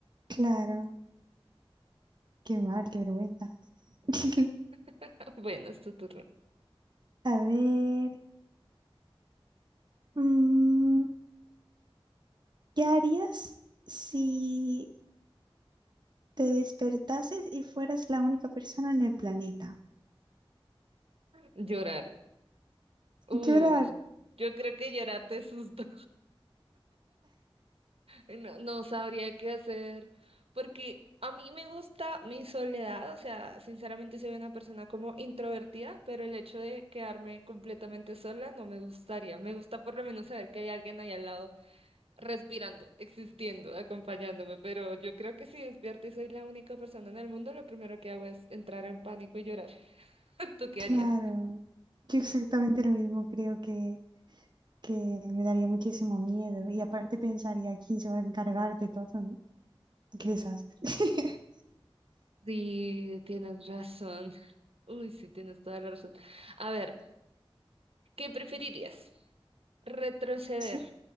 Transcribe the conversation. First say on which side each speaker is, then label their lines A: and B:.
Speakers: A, on the right; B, on the right.
A: claro, qué mal, qué vergüenza. <laughs>
B: <laughs> Bueno, es tu turno.
A: A ver, mm, ¿Qué harías si te despertases y fueras la única persona en el planeta?
B: Llorar. Uy,
A: Yo era,
B: yo creo que llorar de susto. No, no sabría qué hacer, porque a mí me gusta mi soledad, o sea, sinceramente soy una persona como introvertida, pero el hecho de quedarme completamente sola no me gustaría. Me gusta por lo menos saber que hay alguien ahí al lado respirando, existiendo, acompañándome, pero yo creo que si despierto y soy la única persona en el mundo, lo primero que hago es entrar en pánico y llorar. <laughs> ¿Tú qué
A: claro,
B: harías?
A: yo exactamente lo mismo, creo que, que me daría muchísimo miedo y aparte pensaría quién se va a encargar de todo, ¿no? Qué desastre. <laughs>
B: Sí, tienes razón. Uy, sí, tienes toda la razón. A ver, ¿qué preferirías? Retroceder
A: Sí,